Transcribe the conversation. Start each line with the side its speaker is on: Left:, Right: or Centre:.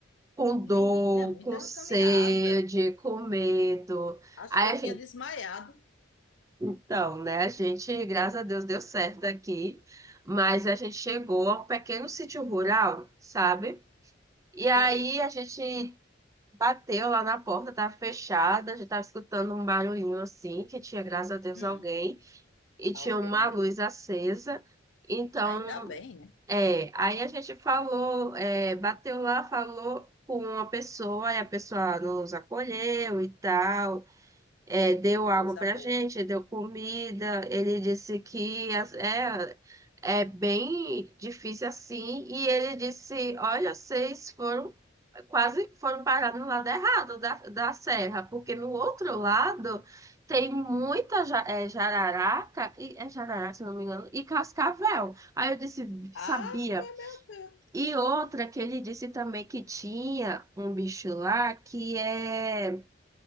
Right: com dor,
Left: Menina, é muita
Right: com sede,
Left: caminhada.
Right: com medo.
Left: Acho
Right: Aí
Left: que eu
Right: a gente,
Left: tinha desmaiado.
Right: então, né, a gente, graças a Deus, deu certo aqui, mas a gente chegou a um pequeno sítio rural, sabe? E
Left: Sei.
Right: aí a gente bateu lá na porta, tava fechada, a gente tava escutando um barulhinho assim, que tinha, graças a Deus,
Left: Hum,
Right: alguém, e tinha
Left: alguém,
Right: uma
Left: né?
Right: luz acesa. Então,
Left: Ainda bem, né?
Right: é, aí a gente falou, é, bateu lá, falou com uma pessoa, e a pessoa nos acolheu e tal é, deu água
Left: Coisa
Right: pra
Left: boa.
Right: gente, deu comida. Ele disse que as- é, é bem difícil assim. E ele disse: Olha, vocês foram quase foram parar no lado errado da, da serra, porque no outro lado tem muita ja- é, jararaca, e, é jararaca, se não me engano, e cascavel. Aí eu disse:
Left: Ah,
Right: Sabia.
Left: meu Deus.
Right: E outra que ele disse também que tinha um bicho lá que é.